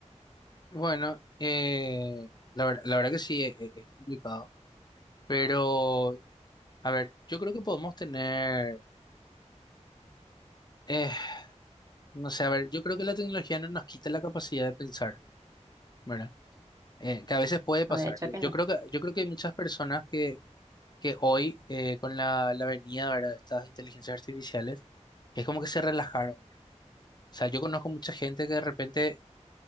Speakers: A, on the left; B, on the right.
A: Bueno, eh, la, ver- la verdad que sí, e- e- es, complicado, pero a ver, yo creo que podemos tener, eh, no sé, a ver, yo creo que la tecnología no nos quita la capacidad de pensar, ¿verdad? eh, que a veces puede pasar.
B: No, de hecho
A: Yo,
B: que
A: yo
B: no,
A: creo que, yo creo que hay muchas personas que, que hoy, eh, con la, la venida, ¿verdad? de estas inteligencias artificiales, es como que se relajaron. O sea, yo conozco mucha gente que de repente